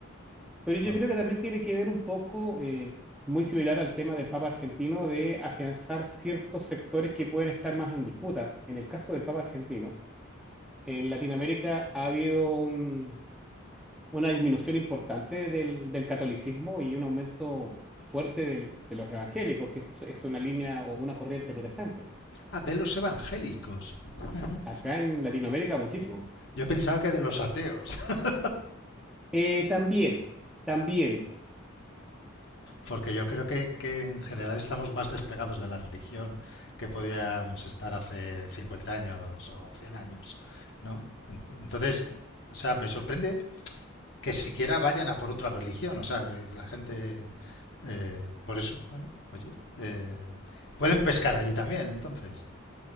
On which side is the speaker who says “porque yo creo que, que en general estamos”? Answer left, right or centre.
Left